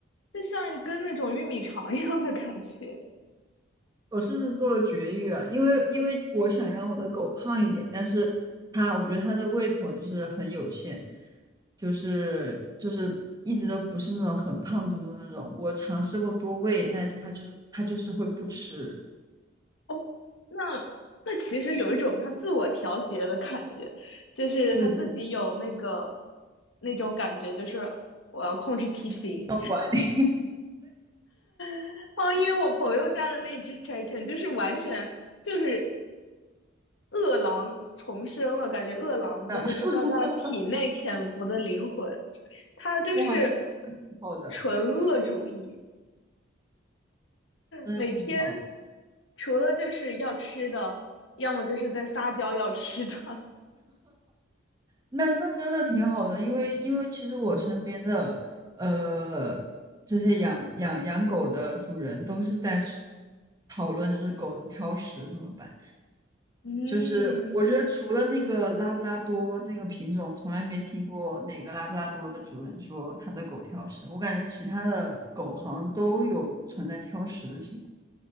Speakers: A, on the left; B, on the right.
A: 就像一根那种玉米肠 <laughs> 一样的感觉。
B: 我是做了绝育啊，因为因为我想让我的狗胖一点，但是它，我觉得它的胃口就是很有限，就是就是一直都不是那种很胖嘟嘟的那种。我尝试过多喂，但是它就是它就是会不吃。
A: 哦，那那其实有一种他自我调节的感觉，就是他自己有那个
B: 对对，
A: 那种感觉，就是我要控制体型。
B: 要管理
A: <laughs> 哦，因为我朋友家的那只柴犬就是完全就是饿狼重生了，感觉饿狼就是是在他体内潜伏的灵魂，
B: 的，<laughs>
A: 他就是
B: 哇，那么好的，
A: 纯恶主义。
B: 真的挺好。
A: 每天除了就是要吃的，要么就是在撒娇要吃的。<laughs>
B: 那那真的挺好的，因为因为其实我身边的呃这些养养养狗的主人都是在是讨论，就是狗子挑食怎么办。
A: 嗯，
B: 就是我觉得除了那个拉布拉多这个品种，从来没听过哪个拉布拉多的主人说他的狗挑食。我感觉其他的狗好像都有存在挑食的情况。